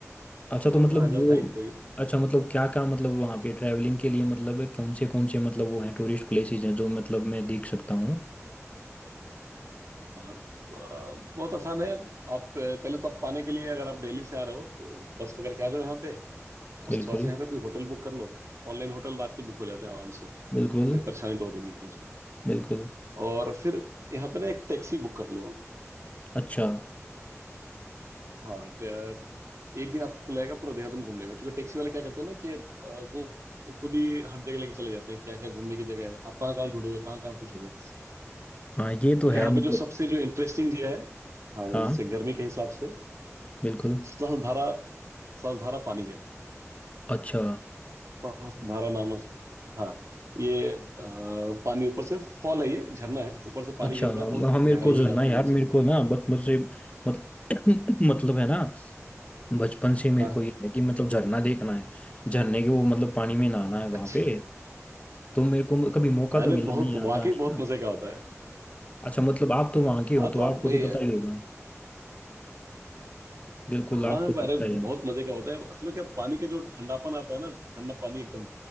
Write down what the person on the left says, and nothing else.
अच्छा
तो मतलब
वो
अच्छा मतलब क्या क्या मतलब वहाँ पे ट्रैवलिंग के लिए मतलब कौन से कौन से मतलब वो हैं टूरिस्ट प्लेसेस हैं जो मतलब मैं देख सकता हूँ
बिल्कुल
बिल्कुल
बिल्कुल
अच्छा
हाँ ये
तो है
मतलब
हाँ
बिल्कुल
अच्छा
अच्छा
हाँ
हाँ, मेरे
को जो
है ना यार
मेरे को ना बचपन से मतलब <coughs> <clears throat> मतलब है ना बचपन से मेरे
को ये है कि मतलब झरना देखना है झरने के वो मतलब पानी में नहाना है वहाँ
पे
तो मेरे को कभी मौका तो
मिला
नहीं यार
जाने
का
अच्छा मतलब आप तो वहाँ के हो
तो
आपको
तो पता ही होगा बिल्कुल
आपको तो
पता ही है